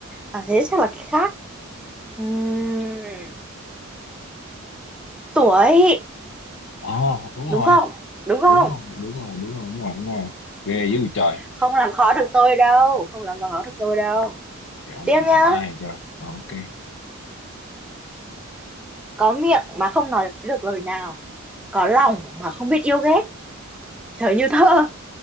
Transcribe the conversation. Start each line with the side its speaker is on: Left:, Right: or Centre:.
Centre: à thế chắc là cái khác Ừm,
Left: Ừ.
Centre: tuổi
Left: Ồ, đúng rồi
Centre: đúng không đúng không
Left: đúng rồi đúng rồi đúng rồi đúng rồi đúng rồi ghê dữ trời
Centre: không làm khó được tôi đâu không làm khó được
Left: Ừ,
Centre: tôi đâu
Left: dạo
Centre: tiếp
Left: này
Centre: nhá
Left: học ai trời Ờ, ok
Centre: có miệng mà không nói được lời nào có lòng mà không biết yêu ghét trời như thơ